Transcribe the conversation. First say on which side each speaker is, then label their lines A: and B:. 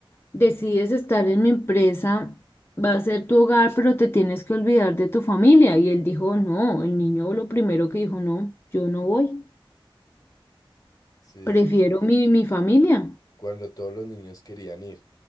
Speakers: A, on the left; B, on the left.
A: decides estar en mi empresa, va a ser tu hogar, pero te tienes que olvidar de tu familia. Y él dijo, no, el niño lo primero que dijo, no, yo no voy,
B: sí,
A: prefiero
B: sí, sí.
A: mi, mi familia.
B: cuando todos los niños querían ir.